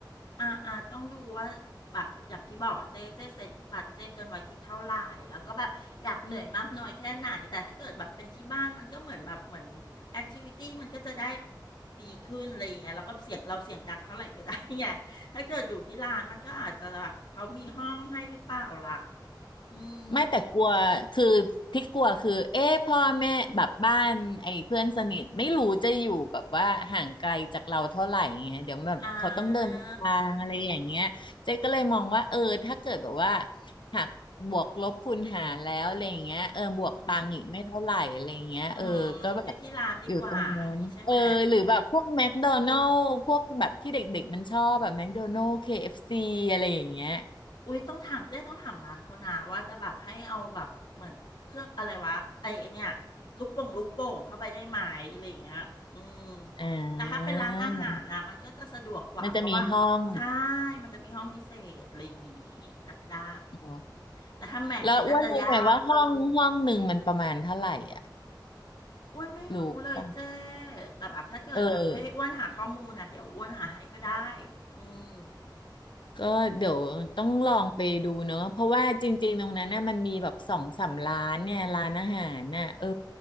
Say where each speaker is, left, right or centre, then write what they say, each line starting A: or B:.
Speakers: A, on the left; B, on the left.
A: อ่าอ่าต้องดูว่าแบบอย่างที่บอกอะเจ๊เจ๊เสร็จบัตรเจ๊จนไว้ที่เท่าไหร่แล้วก็แบบอยากเหนื่อยมากน้อยแค่ไหนแต่ถ้าเกิดแบบเป็นที่บ้านมันก็เหมือนแบบเหมือนแอคทิวิตี้มันก็จะได้ดีขึ้นอะไรอย่างเงี้ยแล้วก็เสียงเราเสียงดังเท่าไหร่ก็ได้ไงถ้าเกิดอยู่ที่ร้านมันก็อาจจะแบบเขามีห้องให้หรือเปล่าล่ะอืม
B: ไม่แต่กลัวคือที่กลัวคือ เอ๊ะพ่อแม่แบบบ้านไอ้เพื่อนสนิทไม่รู้จะอยู่แบบว่าห่างไกลจากเราเท่าไหร่เงี้ยเดี๋ยวแบบเขาต้องเดินทางอะไรอย่างเงี้ยเจ๊ก็เลยมองว่าเออถ้าเกิดแบบว่า
A: อ่า
B: หักบวกลบคูณหารแล้วอะไรอย่างเงี้ยเออบวกตังค์อีกไม่เท่าไหร่อะไรอย่างเงี้ยเออก็แบบ
A: อืมอืมก็ที่ร้านดีกว่าอย่างนี้ใช่ไหม
B: อยู่ตรงนั้นเออหรือแบบพวกแมคโดนัลล์พวกแบบที่เด็กๆมันชอบแบบแมคโดนัลล์ KFC อฟซีอะไรอย่างเงี้ย
A: อุ๊ยต้องถามเจ๊ต้องถามร้านเขานะว่าจะแบบให้เอาแบบเหมือนเครื่องอะไรวะไอไอ้เนี่ยลูกโป่งลูกโป่งเข้าไปได้ไหมอะไรอย่างเงี้ยอืม
B: อ่า
A: แต่ถ้าเป็นร้านอาหารน่ะมันก็จะสะดวกกว่าเพราะว่า
B: มันจะมีห้อง
A: ใช่มันจะมีห้องพิเศษอะไรอย่างงี้จัดได้
B: อ๋อ
A: แต่ถ้าแม็กเนี่ยน่าจะยาก
B: แล้วอ้วนรู้ไหมว่าห้องห้องหนึ่งมันประมาณเท่าไหร่อ่ะ
A: อ้วนไม่รู้เลยเจ๊
B: รู้ป่ะ
A: แต่แบบถ้าเกิดแบบให้อ้วนหาข้อมูลน่ะเดี๋ยวอ้วนหาให้ก็ได้
B: เออ
A: อืม
B: ก็เดี๋ยวต้องลองไปดูเนอะ เพราะว่าจริงๆตรงนั้นน่ะมันมีแบบสองสามร้านเนี่ยร้านอาหารน่ะเออ